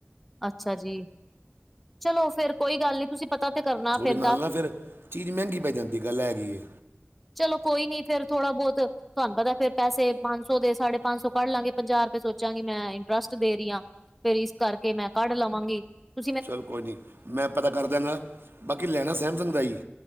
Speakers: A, in the centre; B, on the right.
A: ਅੱਛਾ ਜੀ ਚਲੋ ਫੇਰ ਕੋਈ ਗੱਲ ਨੀ ਤੁਸੀਂ ਪਤਾ ਤੇ ਕਰਨਾ
B: ਥੋੜੇ
A: ਫੇਰ
B: ਨਾਲ
A: ਦਾ
B: ਨਾ ਫਿਰ ਚੀਜ਼ ਮਹਿੰਗੀ ਪੈ ਜਾਂਦੀ ਗੱਲ ਇਹ ਹੈਗੀ।
A: ਚਲੋ ਕੋਈ ਨੀ ਫੇਰ ਥੋੜਾ ਬਹੁਤ ਤੁਹਾਨੂੰ ਪਤਾ ਫੇਰ ਪੈਸੇ ਪੰਜ ਸੌ ਦੇ ਸਾਢੇ ਪੰਜ ਸੌ ਕੱਢ ਲਾਂਗੇ ਪੰਜਾਹ ਰੁਪਏ ਸੋਚਾਂਗੀ ਮੈਂ ਇੰਟਰਸਟ ਦੇ ਰਹੀ ਹਾਂ ਫਿਰ ਇਸ ਕਰਕੇ ਮੈਂ ਕੱਢ ਲਵਾਂਗੀ <inaudible>
B: ਚਲ ਕੋਈ ਨਹੀਂ ਮੈਂ ਪਤਾ ਕਰ ਦਾਂਗਾ ਬਾਕੀ ਲੈਣਾ ਸੈਮਸੰਗ ਦਾ ਹੀ